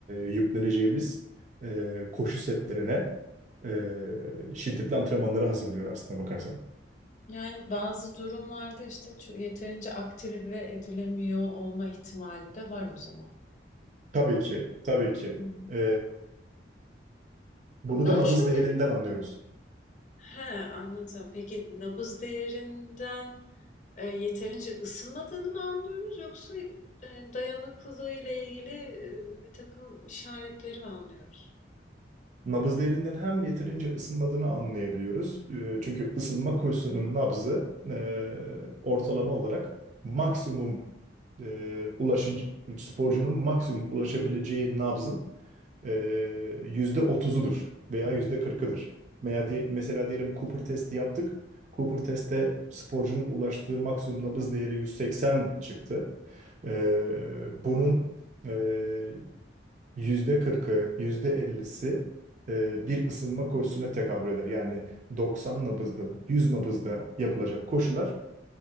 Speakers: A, on the right; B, on the left.
A: yükleneceğimiz e, koşu setlerine, e, şiddetli antrenmanlara hazırlıyor aslına bakarsan.
B: Yani bazı durumlarda işte ço- yeterince aktive edilemiyor olma ihtimali de var o zaman.
A: Tabii ki, tabii ki.
B: Hı hı.
A: E, bunu
B: Ben
A: da nabız
B: şöyle
A: değerinden
B: bir...
A: anlıyoruz.
B: He, anladım. Peki nabız değerinden Eee, yeterince ısınmadığını mı anlıyoruz yoksa, eee, hani, dayanıklılığı ile ilgili, e, bir takım işaretleri mi anlıyoruz?
A: Nabız derinden hem yeterince ısınmadığını anlayabiliyoruz. Ee, Çünkü ısınma koşusunun nabzı e, ortalama olarak maksimum e, ulaşıcı, sporcunun maksimum ulaşabileceği nabzın e, yüzde otuzudur veya %40'ıdır. Veya di- mesela diyelim Cooper testi yaptık. Cooper testte sporcunun ulaştığı maksimum nabız değeri 180 çıktı. Ee, bunun e, Yüzde kırkı, yüzde %50'si e, bir ısınma koşusuna tekabül eder. Yani 90 nabızda, 100 nabızda yapılacak koşular